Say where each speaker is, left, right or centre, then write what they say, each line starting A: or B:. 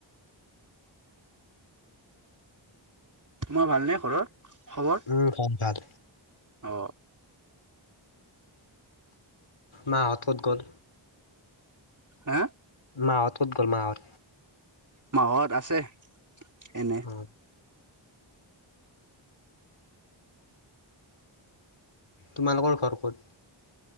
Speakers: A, on the right; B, on the left.
A: মই ভালনে ঘৰৰ খবৰ?
B: উম খাম ভাত।
A: অ।
B: মাঁহত ক'ত গ'ল?
A: হা?
B: মাঁহত ক'ত গ'ল মাঁহত?
A: মাঁহত আছে এনে।
B: হয়। তোমালোকৰ ঘৰ ক'ত?